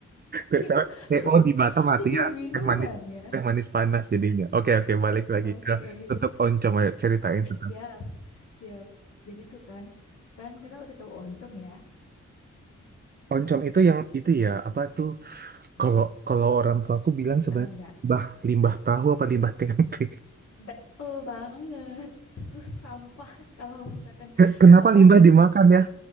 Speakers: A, on the right; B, on the left.
A: Misalnya
B: Siap.
A: PO
B: <laughs>
A: di Batam artinya
B: Jadi minuman
A: teh manis
B: ya.
A: teh manis panas jadinya. Oke oke balik lagi
B: Oke.
A: ke tutuk oncom ayo ceritain tentang
B: Siap. Siap. Jadi tuh kan, kan kakak udah tahu oncom ya.
A: oncom itu yang itu ya apa tuh kalau kalau orang tua aku bilang sebenarnya
B: Tahu nggak?
A: limbah limbah tahu apa limbah tempe.
B: Betul banget. Itu tuh sampah <laughs> kalau misalkan
A: Ke- Kenapa
B: apa?
A: limbah dimakan ya?